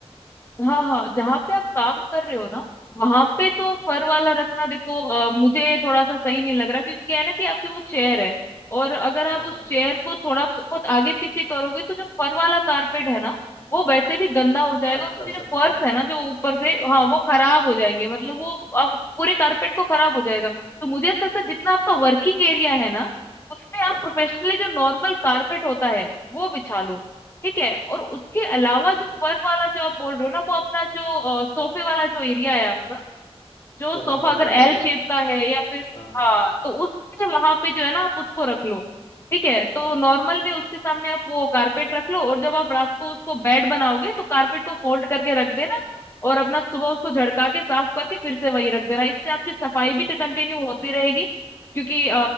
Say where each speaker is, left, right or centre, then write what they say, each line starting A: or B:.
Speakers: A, on the left; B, on the left.
A: हाँ हाँ जहाँ पे आप काम कर रहे हो ना वहां पे तो फर वाला रखना देखो अ, मुझे थोड़ा सा सही नहीं लग रहा क्योंकि क्या है ना कि आपकी वो चेयर है और अगर
B: हाँ
A: आप उस चेयर को थोड़ा बहुत आगे पीछे करोगे तो जो फर वाला कारपेट है ना वो वैसे भी गंदा हो जाएगा
B: चक
A: और उसके
B: कर सकता
A: जो फर्श
B: है
A: है ना जो ऊपर से
B: हाँ
A: हाँ
B: हाँ
A: वो खराब हो जाएंगे मतलब वो आप पूरे कारपेट को खराब हो जाएगा तो मुझे ऐसा लगता है जितना आपका वर्किंग एरिया है ना उसमें
B: हाँ
A: आप प्रोफेशनली जो नॉर्मल कारपेट होता है वो बिछा लो ठीक है और उसके अलावा जो फन वाला जो आप बोल रहे हो ना वो अपना जो अ, सोफे वाला जो एरिया है आपका जो
B: सोफा
A: सोफा
B: कम
A: अगर
B: बेड
A: एल
B: वाला
A: शेप का है या फिर
B: हाँ हाँ
A: हाँ तो उससे वहां पे जो है ना आप उसको रख लो ठीक है तो
B: वाह
A: नॉर्मल में उसके सामने आप वो कारपेट रख लो और जब आप रात को उसको बेड बनाओगे तो कारपेट को फोल्ड करके रख देना और अपना सुबह उसको झड़का के साफ करके फिर से वही रख देना इससे आपकी सफाई भी कंटिन्यू होती रहेगी क्योंकि